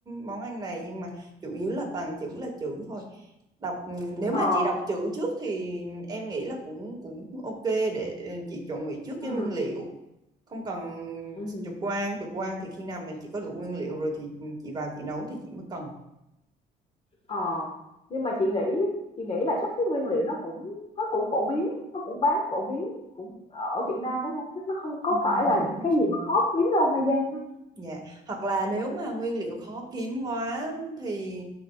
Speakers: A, on the right; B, on the left.
A: món ăn này nhưng mà chủ yếu là toàn chữ là chữ thôi đọc ừ, nếu
B: ờ.
A: mà chị đọc chữ trước thì em nghĩ là cũng cũng ok để ừ, chị chuẩn bị trước cái
B: ừ.
A: nguyên liệu không cần
B: ừm.
A: trực quan trực quan thì khi nào mình chỉ có đủ nguyên liệu rồi thì ừ, chị vào chị nấu thì chị mới cần
B: Ờ, nhưng mà chị nghĩ chị nghĩ là chắc cái nguyên liệu nó cũng nó cũng phổ biến nó cũng bán phổ biến cũng ở Việt Nam đúng không chắc nó không có
A: Ừm,
B: phải là những cái gì mà khó kiếm đâu Hà Giang hả?
A: dạ hoặc là nếu mà nguyên liệu khó kiếm quá thì